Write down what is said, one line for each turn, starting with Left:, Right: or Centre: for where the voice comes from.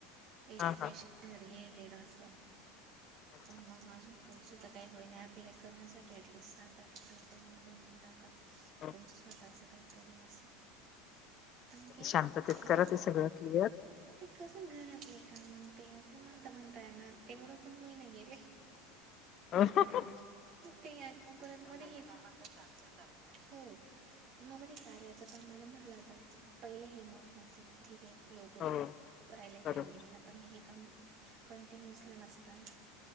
Right: एज्युकेशन
Left: हा हा
Right: रिलेटेड असं
Left: अच्छा
Right: पण मग अजून पुढचं तर काही होई नाही अॲप्लाय करण्यासाठी ॲटलिस्ट सात आठ व होते म्हणे बनवून टाक
Left: हो,
Right: तुमचं स्वतःच काहीतरी अस पण काही
Left: शांततेत
Right: ठीक
Left: करा
Right: हे.
Left: ते सगळं क्लिअर
Right: ते कसं घरातले का म्हणते असं म्हणता म्हणता हायना ना तेवढं पण होईना गेले.
Left: ह <unintelligible>
Right: ते आणि मग परत मध्ये हे हो. मग मध्ये कार्याचं कामाला म्हटलं आता पहिले हे महत्वाचे. ठीक आहे. यूट्यूब
Left: हो
Right: राहिलाय.
Left: बरोबर
Right: पेंडिंगला आणि हे काम कॉन्टिनुअसली नसत ना.